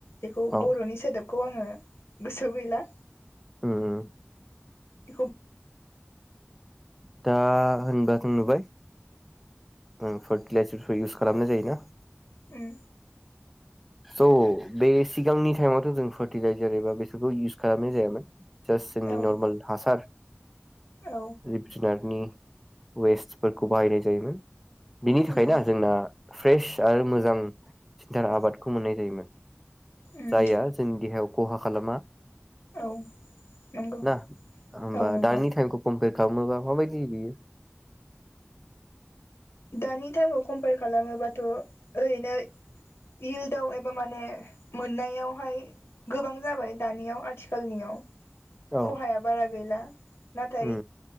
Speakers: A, on the left (about 85°); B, in the centre.
A: बेखौ
B: औ
A: बरनि सोदोब खौ आङो गोसोआव गैला
B: उम उम
A: बेखौ
B: दा होनबा जों नुबाय उम फार्टिलाइजारखौ इउस खालामनाय जायोना
A: उम
B: स बे सिगांनि टाइमावथ जों फार्टिलाइजार एबा बिसोरखौ इउस खालामनाय जायामोन। जास जोंनि
A: औ
B: नर्मेल हासार
A: औ।
B: जिब जुनारनि वेस्टफोरखौ बाहायनाय जायोमोन। बिनि थाखायना
A: उम
B: जोंना फ्रेश आरो मोजां सिनथार आबादखौ मोननाय जायोमोन।
A: उम
B: जायआ जोंनि देहायाव खहा खालामा।
A: औ नंगौ
B: ना होमबा
A: औ नंगौ
B: दानि टाइमखौ कमपेर खामोबा माबायदि बियो?
A: दानि टाइमाव कम्पेयार खालामोबाथ' ओरैनो इल्दआव एबा माने मोननायावहाय गोबां जाबाय दानियाव आथिखालनियाव
B: औ
A: खहाया बारा गैला। नाथाय
B: उम